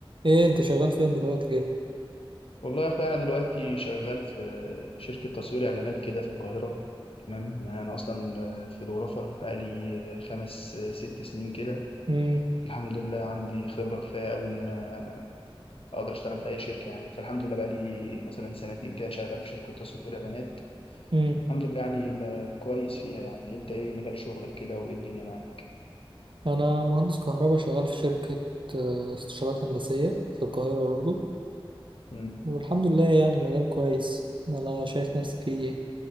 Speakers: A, on the right; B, on the left.
A: ايه انت شغال فين دلوقتي كده
B: والله يا اخويا انا دلوقتي شغال في شركه تصوير اعلانات كده في القاهره تمام انا اصلا فوتوغرافر بقالي خمس ست سنين كده
A: امم
B: الحمد لله عندي خبره كفايه قوي ان انا اقدر اشتغل في اي شركه يعني فالحمد لله بقالي مثلا سنتين كده شغال في شركه تصوير اعلانات
A: امم
B: الحمد لله يعني ب- كويس فيها يعني انت ايه مجال شغلك كده وايه الدنيا معاك
A: انا مهندس كهرباء شغال في شركة آه، استشارات هندسية في القاهرة برضو
B: امم
A: والحمد لله يعني مجال كويس انا شايف نفسي فيه يعني.